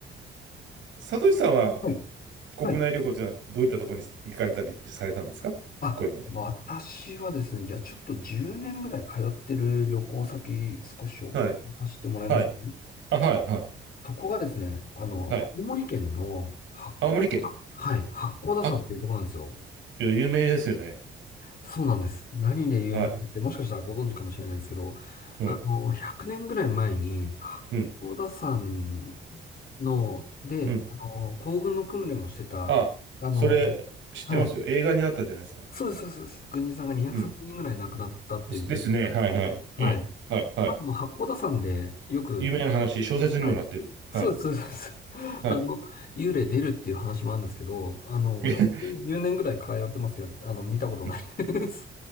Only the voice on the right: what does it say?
佐藤さんは、
国内旅行というのは、
どういったところに行かれたりされたんですかこれまで。
はい。はい。あ、はい、はい。
はい。
青森県。
あ、いや有名ですよね。
はい。
うん。
うん。
うん
あ、
それ、知ってますよ。
映画になったじゃないですか。
うん。ですね。はいはい。
ええ。はいはい。
有名な話、小説にもなってる。
はい。
はい。
<laughs>
えへ
うん